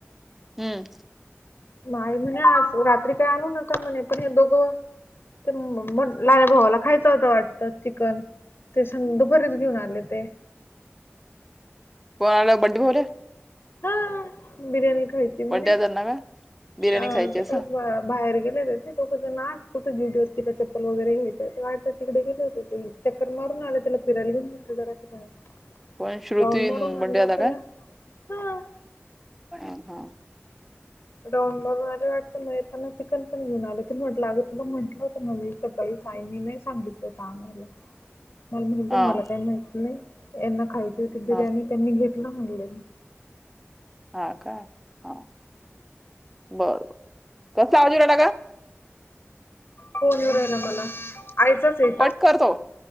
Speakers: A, in the centre; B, on the left.
A: हम्म
B: माय म्हणे रात्र. रात्री काय आणू नका म्हणे पण हे दोघं तर मग लहान भावाला खायचं होतं वाटतं चिकन ते सं.. दुपारीच घेऊन आले ते
A: कोणाला बंडू भाऊला
B: हा बिर्याणी खायची म्हणे
A: बंट्या त्यांना का बिर्याणी
B: अ
A: खायची
B: ते
A: असं
B: काय बाहेर गेले होते ना कुठे दोघे तिथे चपल वगैरे घ्यायला तिकडे गेले होते ते चक्कर मा फिरून आले त्याला फिरायला घेऊने गेलते जरासं बाहेर
A: कोण श्रुती
B: राऊंड मारून
A: मंडईला
B: आणला त्याला
A: का
B: हा
A: हा हा
B: राऊंड मारून आले वाटतं येताना चिकन पण घेऊन आले ते म्हटलं अगं तुला म्हटलं होतं ना मी सकाळी काय मी नाही सांगीतलं होतं आणायला मला म्हणले
A: हा
B: मला काही माहित नाही यांना खायची होती बिर्याणी
A: हा
B: त्यांनी घेतलं म्हणले
A: हा का हा बर बर कसा आवज येऊ लागला ग
B: फोन येऊ लागला मला आईचाच आहे
A: कट करतो